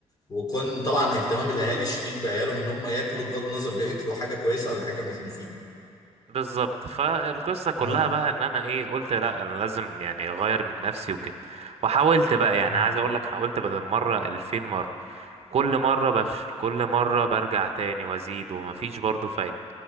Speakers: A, on the left; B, on the right.
A: وكون طبعا اهتمام الاهالي الشديد بعيالهم ان هم ياكلوا بغض النظر بياكلوا حاجة كويسة ولا حاجة مش مفيدة
B: بالظبط فالقصه كلها
A: اه
B: بقى ان انا ايه قلت لا انا لازم يعني اغير من نفسي وكده وحاولت بقى يعني
A: امم
B: عايز اقول لك حاولت بدل مره 2000 مره كل مره بفشل كل مره برجع تاني وازيد ومفيش برضه فايده